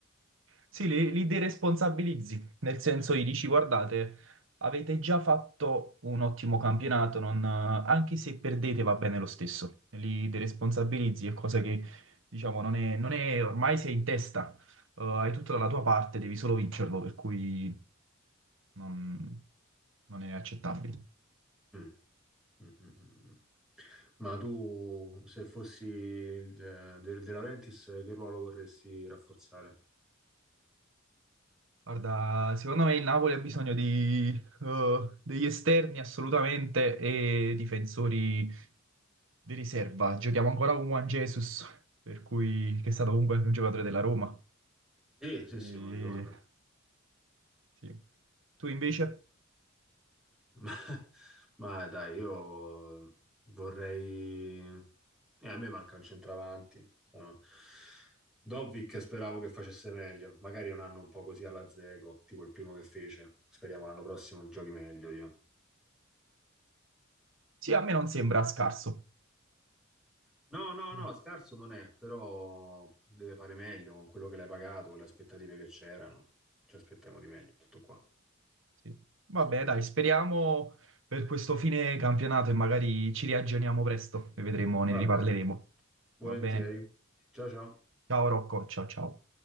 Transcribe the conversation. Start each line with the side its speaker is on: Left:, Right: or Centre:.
Right: Sì, li, li deresponsabilizzi, nel senso gli dici, guardate, avete già fatto un ottimo campionato, non- anche se perdete va bene lo stesso. Li deresponsabilizzi, è cosa che, diciamo, non è, non è- ormai sei in testa, eh, hai tutto dalla tua parte, devi solo vincerlo, per cui non, non è accettabile.
Centre: Mm, mm, mm, mm. mm. Ma tu, se fossi il, eh, De, De Laurentiis, che ruolo vorresti rafforzare?
Right: Guarda, secondo me il Napoli ha bisogno di, eh, degli esterni assolutamente e difensori di riserva. Giochiamo ancora con Juan Jesus, per cui, che è stato comunque un giocatore della Roma.
Centre: Sì, sì,
Right: E,
Centre: sì, me lo ricordo.
Right: sì. Tu invece?
Centre: Ma, ma dai, io vorrei... eh, a me manca un centravanti. Sono... Dobbik speravo che facesse meglio, magari un anno un po' così alla Zego, tipo il primo che fece. Speriamo l'anno prossimo giochi meglio io.
Right: Sì, a me non sembra scarso.
Centre: No, no, no,
Right: Mm,
Centre: scarso non è, però deve fare meglio con quello che l'hai pagato, con le aspettative che c'erano. Ci aspettiamo di meglio, tutto qua.
Right: Sì. Vabbè,
Centre: Insomma,
Right: dai, speriamo per questo fine campionato e magari ci riaggiorniamo presto e vedremo, ne
Centre: va
Right: riparleremo.
Centre: bene. Volentieri.
Right: Va bene?
Centre: Ciao ciao.
Right: Ciao Rocco, ciao ciao.